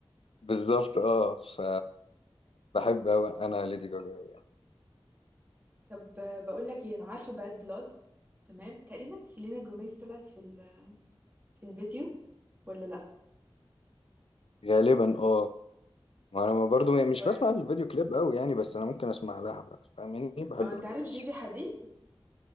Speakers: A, on the left; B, on the right.
A: بالظبط اه ف بحب أوي انا ليدي جاجا أوي يعني
B: طب آه، بقول لك ايه انا عارفة باد بلاد تمام تقريبا سيلينا جوميز طلعت في ال... في الفيديو ولا لا
A: غالبا اه ما انا برضو يعني مش
B: و...
A: بسمع الفيديو كليب قوي يعني بس انا ممكن اسمع لها فاهماني بحب
B: او انت
A: الاغنيه
B: عارف
A: اكتر
B: جيجي حديد